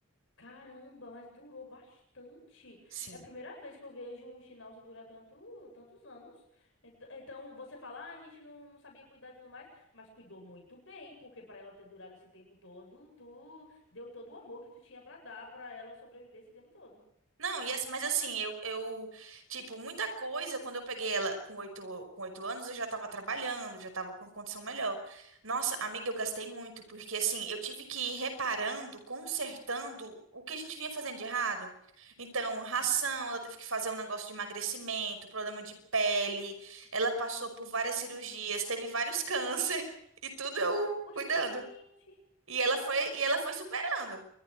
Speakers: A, on the left; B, on the right.
A: Caramba, mas durou bastante.
B: Sim.
A: É a primeira vez que eu vejo um Schnauz durar tanto, tantos anos. Ent- Então, você fala, ah, a gente não, não sabia cuidar e tudo mais, mas cuidou muito bem, porque para ela ter durado esse tempo todo, tu deu todo o amor que tu tinha para dar para ela sobreviver esse tempo todo.
B: Não, e, ass- mas assim, eu, eu, tipo, muita coisa, quando eu peguei ela com oito, com oito anos, eu já tava trabalhando, já tava com uma condição melhor. Nossa, amiga, eu gastei muito, porque assim, eu tive que ir reparando, consertando o que a gente vinha fazendo de errado.
A: Hum,
B: Então, ração, ela teve que fazer um negócio de emagrecimento, problema de pele, ela passou
A: hum.
B: por várias cirurgias, teve vários câncer, <laughs> e tudo eu
A: Oxente!
B: cuidando. E ela
A: É,
B: foi, e ela foi superando.